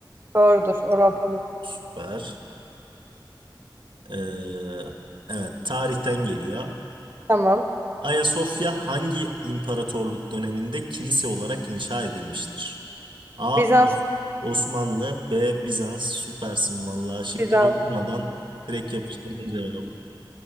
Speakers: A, on the right (about 30°); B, on the right (about 75°).
A: doğrudur Orhan Pamuk
B: Süper. Ee, evet tarihten geliyor.
A: tamam
B: Ayasofya hangi imparatorluk döneminde kilise olarak inşa edilmiştir? A.
A: Bizans
B: Os- Osmanlı B. Bizans süpersin vallahi şıkları
A: Bizans
B: okumadan direkt yapıştırdın cevabı.